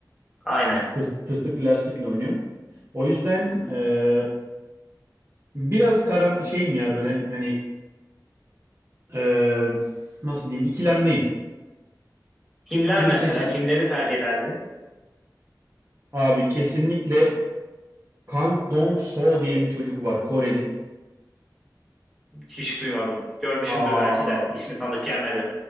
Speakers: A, in the centre; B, on the right (about 40°).
A: Aynen.
B: Tır, tırtıklı lastikle oynuyorum. O yüzden e, biraz karam şeyim ya böyle hani Ee, nasıl diyeyim ikilemdeyim.
A: Kimler
B: Kimi
A: mesela?
B: seçeceğim?
A: Kimleri tercih ederdin?
B: Abi kesinlikle Kang Dong-soo diye bir çocuk var Koreli.
A: Hiç duymadım. Görmüşümdür
B: Aa,
A: belki de. İsmi tanıdık gelmedi.